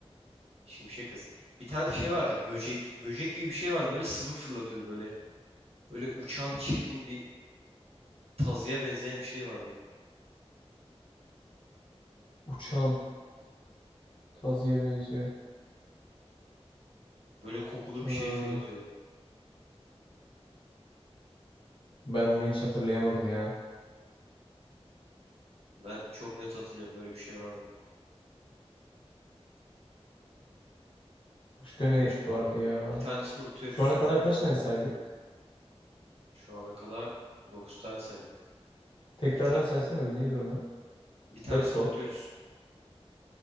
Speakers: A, on the right; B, on the left.
A: Şimşek kız. Bir tane şey vardı. Böcek. Böcek gibi bir şey vardı. Böyle sıvı fırlatıyordu böyle. Böyle uçan çirkin bir tazıya benzeyen bir şey vardı.
B: Uçan Tazi'ye benziyor.
A: Böyle kokulu bir
B: Aa,
A: şey fırlatıyordu.
B: ben onu hiç hatırlayamadım ya.
A: Ben çok net hatırlıyorum. Öyle bir şey vardı.
B: Başka ne
A: Başka
B: vardı
A: ne vardı?
B: ya?
A: Bir tanesini unutuyoruz.
B: Şu ana kadar kaç tane saydık?
A: Şu ana kadar 9 tane saydık.
B: Tekrardan
A: Bir tane
B: saysana bir neydi onlar?
A: bir tanesini
B: Dört kol,
A: unutuyoruz.